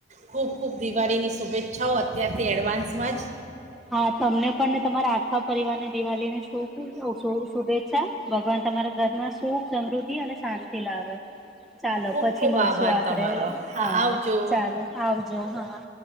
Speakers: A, on the right; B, in the centre.
A: ખૂબ ખૂબ દિવાળીની શુભેચ્છાઓ અત્યારથી એડવાન્સમાં જ.
B: હા તમને પણને તમારા આખા પરિવાર ને દિવાળી ની શુ અબ શુભેચ્છા. ભગવાન તમારા ઘરમાં સુખ સમૃદ્ધિ અને શાંતિ લાવે. ચાલો
A: ખૂબ
B: પછી
A: ખૂબ
B: મળશુ
A: આભાર
B: આપડે
A: તમારો
B: હા
A: આવજો
B: ચાલો આવજો હા.